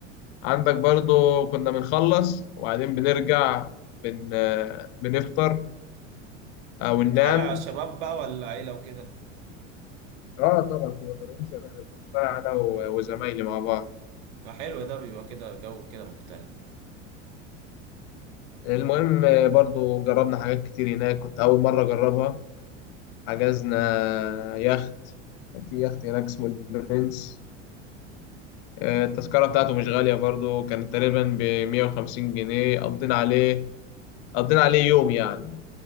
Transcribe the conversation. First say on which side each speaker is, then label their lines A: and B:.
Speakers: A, on the left (about 60°); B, on the right (about 65°).
A: عندك برضو كنا بنخلص وبعدين بنرجع بن... بنفطر او
B: كنت
A: ننام
B: طالع شباب بقى ولا عيلة وكده
A: اه طبعا كنا طالعين شباب كنت طالع انا و- وزمايلي مع بعض
B: ما حلو ده بيبقى كده جو كده مختلف
A: المهم برضو جربنا حاجات كتير هناك كنت اول مره اجربها حجزنا يخت كان في يخت هناك اسمه البرنس آه، التذكره بتاعته مش غاليه برضو كانت تقريبا ب 150 جنيه قضينا عليه قضينا عليه يوم يعني